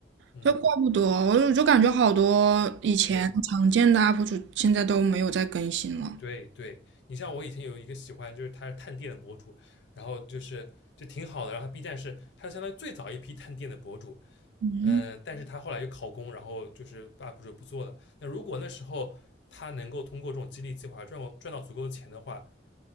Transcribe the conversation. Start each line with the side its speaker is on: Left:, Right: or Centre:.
Left: 嗯，
Right: 这怪不得，我就就感觉好多以前常见的
Left: 对，
Right: UP 主现在都没有再更新了。
Left: 对对，你像我以前有一个喜欢，就是他是探店的博主，然后就是就挺好的，然后他 B 站是他相当于最早一批探店的博主，
Right: 嗯，
Left: 嗯、但是他后来就考公，然后就是 UP 主不做了。那如果那时候他能够通过这种激励计划赚过赚到足够的钱的话，